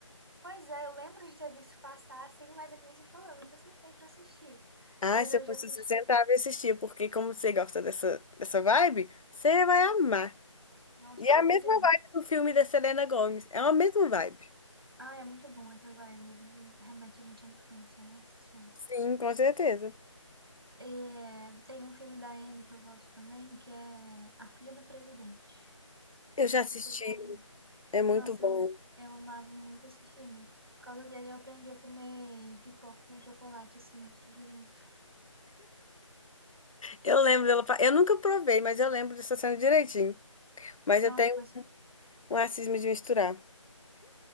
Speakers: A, on the right; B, on the left.
A: Pois é, eu lembro de ter visto passar assim, mas é que nem você falou, eu nunca sentei para assistir.
B: Ah,
A: Mas
B: se
A: eu
B: eu fosse,
A: já assisti.
B: você sentava e assistia, porque como você gosta dessa, dessa vibe, você vai amar.
A: Nossa,
B: E
A: eu
B: é
A: tenho
B: a mesma
A: certeza.
B: vibe do filme da Selena Gomez, é a mesma vibe.
A: Ah, é muito bom essas vibes. Remete a gente à infância, nossa senhora.
B: Sim, com certeza.
A: É, tem um filme da Anne que eu gosto também, que é A Filha do Presidente.
B: Eu
A: Não
B: já
A: sei
B: assisti,
A: se você já viu.
B: é muito
A: Nossa,
B: bom.
A: eu, eu amava muito esse filme. Por causa dele, eu aprendi a comer pipoca com chocolate, assim, tudo junto.
B: Eu lembro dela, fa- eu nunca provei, mas eu lembro dessa cena direitinho. Mas
A: Nossa,
B: eu tenho
A: mas.
B: um racismo de misturar.